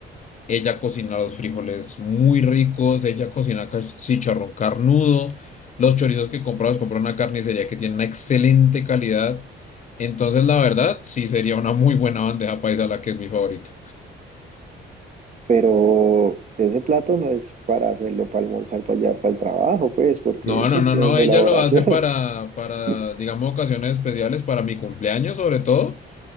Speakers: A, on the left (about 40°); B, on the right (about 40°).
A: Ella cocina los frijoles muy ricos, ella cocina ca- chicharrón carnudo, los chorizos que compra los compra en una carnicería que tiene una excelente calidad. Entonces, la verdad, sí sería una muy buena bandeja paisa la que es mi favorito.
B: Pero ese plato no es para hacerlo, para almorzar, para llevar para el trabajo, pues, porque
A: No,
B: eso
A: no, no,
B: tiene
A: no,
B: su
A: ella
B: elaboración.
A: lo hace para, para,
B: <laughs>
A: digamos, ocasiones especiales, para mi cumpleaños sobre todo.